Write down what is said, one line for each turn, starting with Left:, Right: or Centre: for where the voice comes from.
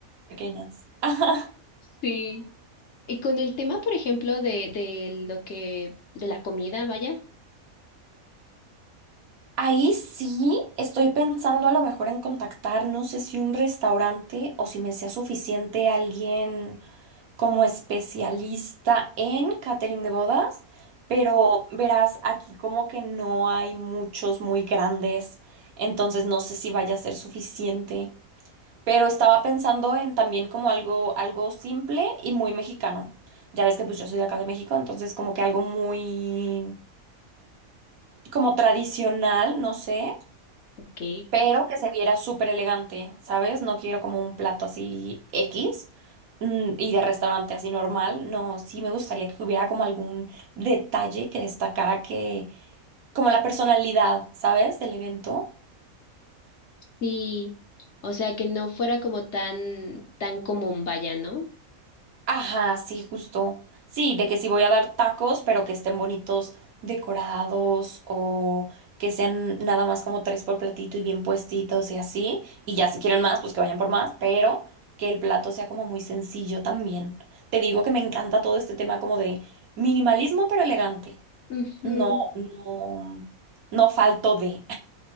Right: pequeñas. <laughs>
Left: Sí. Y con el tema, por ejemplo, de, de lo que, de la comida, vaya.
Right: Ahí sí estoy pensando a lo mejor en contactar, no sé si un restaurante o si me sea suficiente alguien como especialista en catering de bodas, pero verás, aquí como que no hay muchos muy grandes, entonces no sé si vaya a ser suficiente, pero estaba pensando en también como algo, algo simple y muy mexicano. Ya ves que pues yo soy de acá de México, entonces como que algo muy como tradicional, no sé.
Left: Ok.
Right: pero que se viera súper elegante, ¿sabes? No quiero como un plato así X mm, y de restaurante así normal. No, sí me gustaría que hubiera como algún detalle que destacara que, como la personalidad, ¿sabes? Del evento.
Left: Sí. O sea, que no fuera como tan, tan común, vaya, ¿no?
Right: Ajá, sí, justo. Sí, de que si voy a dar tacos, pero que estén bonitos decorados o que sean nada más como tres por platito y bien puestitos y así. Y ya si quieren más, pues que vayan por más, pero que el plato sea como muy sencillo también. Te digo que me encanta todo este tema como de minimalismo, pero elegante.
Left: Ujú.
Right: No, no, no falto de.